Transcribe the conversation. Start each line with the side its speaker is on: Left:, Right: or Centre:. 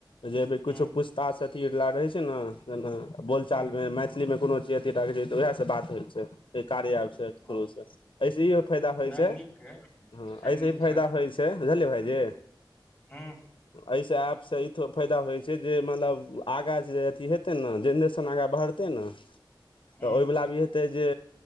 Left: जेभी कुछो
Centre: हूँ
Left: पुछ तास अथी लय रहे छै ने जेना बोलचाल
Centre: हूँ
Left: मे मैथ असली मे कोनो चीज अतेटा तऽ उएह स बात होइ छैय एहि कार्य एप स थ्रू
Centre: ओ
Left: स ऐस इहो फायदा होइय
Centre: नहि
Left: छैय
Centre: नीक है
Left: हँ
Centre: से
Left: ऐसे
Centre: नीक
Left: इ फायदा
Centre: है
Left: होइ छैय तैय बुझलियै भायइ जी
Centre: हूँ
Left: एैय स एप स ई त फायदा होइय छै जे मतलब आगा जे अथी हेतै ने जेनरेशन आगा बढ़तै ने तऽ
Centre: हूँ
Left: ओयह वला अभी हेत तै जे